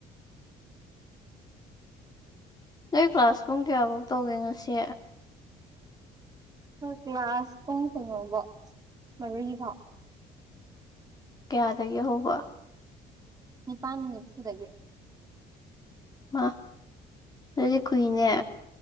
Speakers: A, on the left (about 25°); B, on the right (about 20°).
A: ꯅꯣꯏ ꯀ꯭ꯂꯥꯁ ꯄꯨꯡ ꯀꯌꯥꯐꯧ ꯇꯧꯒꯦ ꯉꯁꯤ
B: ꯑꯈꯣꯏ ꯀ꯭ꯂꯥꯁ ꯄꯨꯡ ꯀꯩꯅꯣ ꯐꯥꯎ ꯃꯔꯤ ꯐꯥꯎ
A: ꯀꯥꯌꯗꯒꯤ ꯍꯧꯕ
B: ꯅꯤꯄꯥꯟ ꯃꯤꯅꯠ ꯅꯤꯐꯨꯗꯒꯤ
A: ꯃꯥ ꯑꯗꯨꯗꯤ ꯀꯨꯏꯅꯦ